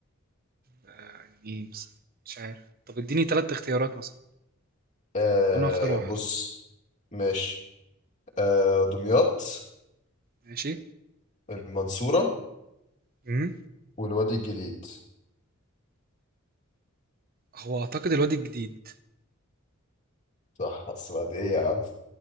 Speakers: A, on the right (about 45°); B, on the left (about 35°).
A: آه، ايه مثلا مش عارف طب اديني تلات اختيارات مثلا
B: آه،
A: وانا هختار واحدة
B: بص ماشي آه دمياط
A: ماشي
B: المنصورة
A: مم.
B: والوادي الجديد
A: هو اعتقد الوادي الجديد
B: صح بس بعد ايه يا عم